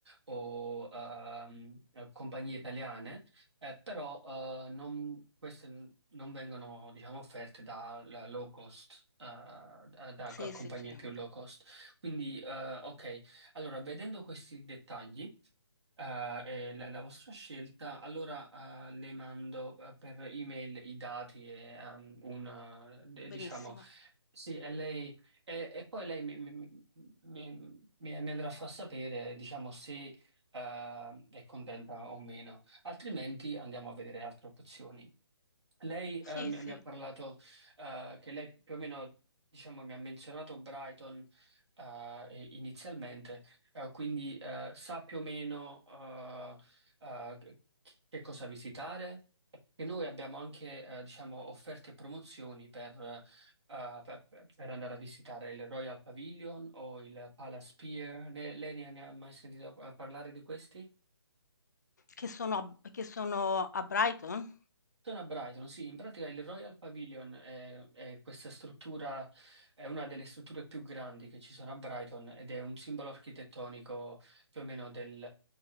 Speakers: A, on the right (about 75°); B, on the left (about 40°).
A: o ehm, compagnie italiane Eh, però eh, non- queste n- non vengono, diciamo, offerte da, da low cost, eh, da,
B: Sì,
A: da compagnie
B: sì, sì.
A: più low cost. Quindi, eh, ok, allora, vedendo questi dettagli, eh, è la, la vostra scelta, allora eh, le mando eh, per email i dati e ehm, un, eh, d-
B: Benissimo.
A: diciamo, sì, e lei, e, e poi lei mi, mi, mi- mi- mi andrà a far sapere, diciamo, se eh, è contenta o meno, altrimenti andiamo a vedere altre opzioni. Lei eh,
B: Sì,
A: mi
B: sì.
A: mi ha parlato eh, che lei più o meno, diciamo, mi ha menzionato Brighton eh, e- inizialmente, eh, quindi eh, sa più o meno eh, eh, che che cosa visitare. E noi abbiamo anche, eh, diciamo, offerte e promozioni per, eh, per- per andare a visitare il Royal Pavilion o il Palace Pier. Ne- lei ne ne ha mai sentito eh, parlare di questi?
B: Che sono a b che sono a Brighton?
A: Sono a Brighton, sì, in pratica il Royal Pavilion è, è questa struttura, è una delle strutture più grandi che ci sono a Brighton ed è un simbolo architettonico più o meno del,